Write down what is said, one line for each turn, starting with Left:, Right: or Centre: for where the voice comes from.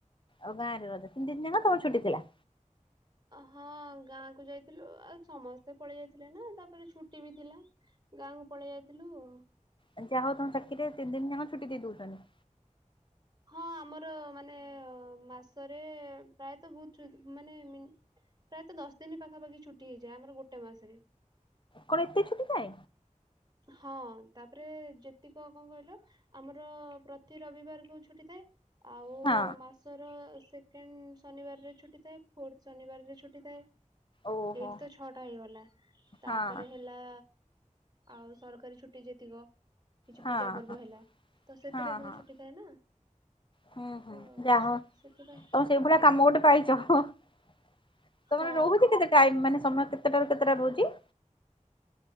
Left: ଆଉ ଗାଁରେ ରଜ ତିନି ଦିନ ଯାକ ତମର ଛୁଟି ଥିଲା।
Right: ହଁ ଗାଁକୁ ଯାଇଥିଲୁ ଆଉ ସମସ୍ତେ ପଳେଇ ଯାଇଥିଲେ ନା ତାପରେ ଛୁଟି ବି ଥିଲା। ଗାଁକୁ ପଳେଇ ଯାଇଥିଲୁ ଆଉ।
Left: ଆ ଯାହା ହଉ ତମ ଚାକିରୀରେ ତିନିି ଦିନ ଯାକ ଛୁଟି ଦେଇଦେଉଛନ୍ତିି।
Right: ହଁ ଆମର ମାନେ ମାସରେ ପ୍ରାୟତ ବହୁତ ମାନେ ପ୍ରାୟତଃ ଦଶ ଦିନ ପାଖାପାଖି ଛୁଟି ହେଇଯାଏ ଆମର ଗୋଟେ ମାସରେ।
Left: କଣ ଏତେ ଛୁଟି ଥାଏ?
Right: ହଁ ତାପରେ ଯେତିକ କଣ କହିଲ ଆମର ପ୍ରତି ରବିବାରକୁ ଛୁଟି ଥାଏ ଆଉ ମାସ
Left: ହଁ
Right: ମାସର ସେକେଣ୍ଡ ଶନିବାରରେ ଛୁଟି ଥାଏ, ଫୋର୍ଥ ଶନିବାରରେ ଛୁଟି ଥାଏ।
Left: ଓହୋ
Right: ଏଇଠି ତ ଛଅଟା ହେଇଗଲା ତାପରେ
Left: ହଁ
Right: ହେଲା ଆଉ ସରକାରୀ ଛୁଟି ଯେତିକ କିଛି
Left: ହଁ
Right: ପୂଜା ପର୍ବ ହେଲା ତ ସେଥିରେ
Left: ହଁ
Right: ପୁଣି
Left: ହଁ
Right: ଛୁଟି ଥାଏ ନା।
Left: ହୁଁ ହୁଁ
Right: ତ
Left: ଯାହା
Right: ସେଥିପାଇଁ
Left: ତମେ ସେଇଭଳିଆ କାମ ଗୋଟେ ପାଇଛ। ତମର
Right: ହଁ
Left: ରହୁଛି କେତେ ଟାଇମ ମାନେ ସମୟ କେତେଟାରୁ କେତେଟା ରହୁଛି?